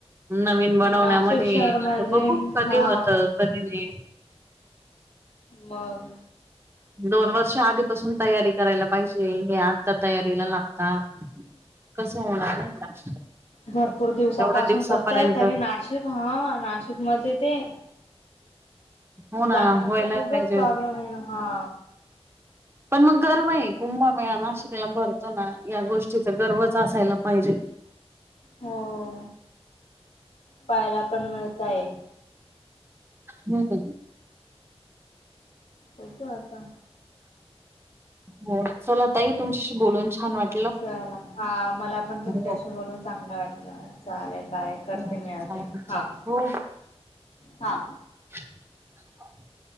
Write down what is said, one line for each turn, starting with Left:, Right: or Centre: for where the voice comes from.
Right: नवीन बनवण्यामध्ये
Left: नाशिक शहर म्हणजे
Right: आ बघू कधी
Left: हा
Right: होत कधी नाही
Left: मग
Right: दोन वर्ष आधीपासून तयारी करायला पाहिजे हे आता तयारीला लागता कसं होणार नाही का
Left: भरपूर दिवसापासून
Right: तेवढ्या दिवसापर्यंत
Left: करताय तरी नाशिक हा नाशिक मध्ये ते
Right: हो ना
Left: जागांचा
Right: व्हायला
Left: खूपच
Right: पाहिजे
Left: प्रॉब्लेम आहे ना हा
Right: पण मग गर्व आहे कुंभमेळा नाशिकला भरतो ना या गोष्टीचा गर्वच असायला पाहिजे
Left: हो पाहायला पण मिळतय
Right: हम्म
Left: होप आता
Right: हो चला ताई तुमच्याशी बोलून छान वाटलं
Left: चला हा मला पण तुमच्याशी
Right: हो
Left: बोलून चांगलं वाटलं चालेल बाय करते
Right: हो
Left: मी अजून
Right: चालेल.
Left: हा
Right: हो. हो.
Left: हा
Right: <inaudible>